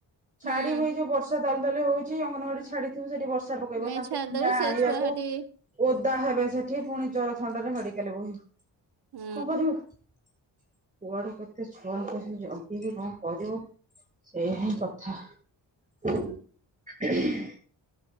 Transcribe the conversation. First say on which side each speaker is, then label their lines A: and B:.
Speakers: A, on the right (about 15°); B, on the right (about 50°).
A: ଛାଡିବି
B: ହୁଁ
A: ଯୋଉ ବର୍ଷା ଦାଲ ଦାଲି ହଉଛି ଅଙ୍ଗନବାଡି ଛାଡି ହୁଁ ସେଠି ବର୍ଷା ପକେଇବ
B: ନେଇ
A: ତାଙ୍କୁ
B: ଛାଡିଦବୁ
A: କା
B: ସେ
A: ଆଣିବାକୁ
B: ଛୁଆ ସେଠି
A: ଓଦା ହେବେ ସେଠି ପୁଣି ଜର ଥଣ୍ଡା ରେ ମେଡିକାଲ ବୋହି ବୁ
B: ହୁଁ
A: କଣ କରିବୁ କୁଆଡେ କେତେ ଛୁଆଙ୍କୁ ସେ ଜଗିକି କଣ କରିବ ସେଇ ହିଁ କଥା ହ
B: ହୁଁ।